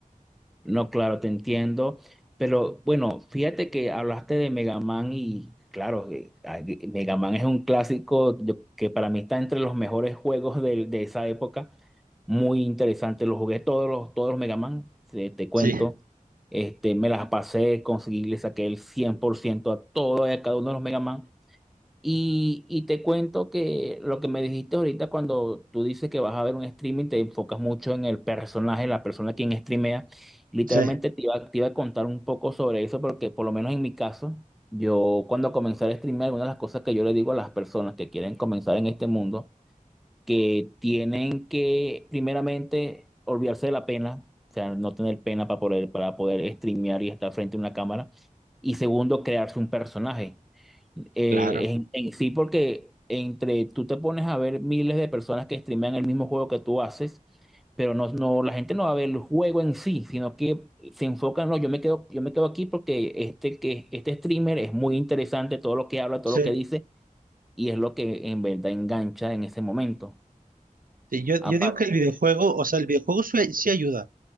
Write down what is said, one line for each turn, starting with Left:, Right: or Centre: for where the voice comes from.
Centre: No, claro, te entiendo. Pero bueno, fíjate que hablaste de Mega Man y claro, eh, ah, eh, Mega Man es un clásico yo- que para mí está entre los mejores juegos de, de esa época. Muy interesante. Los jugué todos los, todos los Mega Man, te, te cuento.
Right: Sí,
Centre: Este, me las pasé, conseguí, le saqué el 100% a todo y a cada uno de los Mega Man. Y, y te cuento que lo que me dijiste ahorita cuando tú dices que vas a ver un streaming, te enfocas mucho en el personaje, la persona quien streamea. Literalmente
Right: sí,
Centre: te iba, te iba a contar un poco sobre eso porque por lo menos en mi caso, yo cuando comencé a streamear, una de las cosas que yo le digo a las personas que quieren comenzar en este mundo, que tienen que primeramente olvidarse de la pena, o sea, no tener pena para poder, para poder streamear y estar frente a una cámara. Y segundo, crearse un personaje. Eh,
Right: claro.
Centre: en, en sí, porque entre tú te pones a ver miles de personas que streamean el mismo juego que tú haces, pero no, no, la gente no va a ver el juego en sí, sino que se enfocan, no, yo me quedo, yo me quedo aquí porque este, que, este streamer es muy interesante, todo lo que habla, todo lo
Right: Sí.
Centre: que dice, y es lo que en verdad engancha en ese momento.
Right: Sí, yo,
Centre: Aparte,
Right: yo digo que el videojuego, o sea, el videojuego sí, sí ayuda,